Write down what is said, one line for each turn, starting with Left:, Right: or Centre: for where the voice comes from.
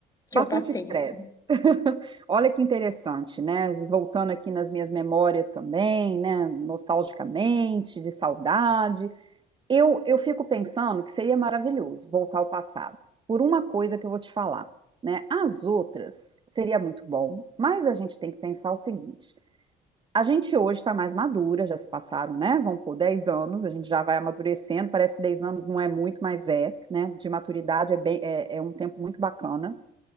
Left: que
Right: Bastante
Left: eu passei
Right: estresse.
Left: assim.
Right: <laughs> Olha que interessante, né? Voltando aqui nas minhas memórias também, né? Nostalgicamente, de saudade. Eu, eu fico pensando que seria maravilhoso voltar ao passado, por uma coisa que eu vou te falar, né? As outras seria muito bom, mas a gente tem que pensar o seguinte: a gente hoje está mais madura, já se passaram, né? Vão por 10 anos, a gente já vai amadurecendo. Parece que 10 anos não é muito, mas é, né? De maturidade é bem, é, é um tempo muito bacana.